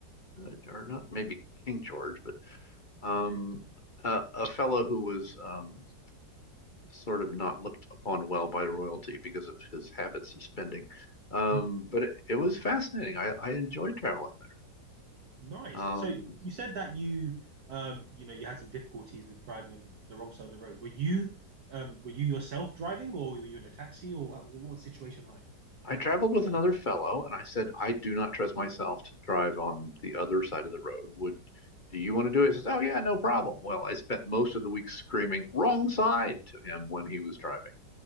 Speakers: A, on the left; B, on the right.
A: uh, or not maybe King George, but um,
B: Okay.
A: a, a fellow who was um, sort of not looked upon well by royalty because of his habits of spending. Um,
B: Mm-hmm.
A: but it, it was fascinating. I, I enjoyed traveling there.
B: Nice.
A: Um,
B: So you said that you um you know you had some difficulties with driving on the wrong side of the road. Were you um were you yourself driving or were you in a taxi or what, what was the situation like?
A: I traveled with another fellow, and I said, I do not trust myself to drive on the other side of the road. Would do you want to do it? He says, Oh yeah, no problem. Well, I spent most of the week screaming wrong side to him when he was driving.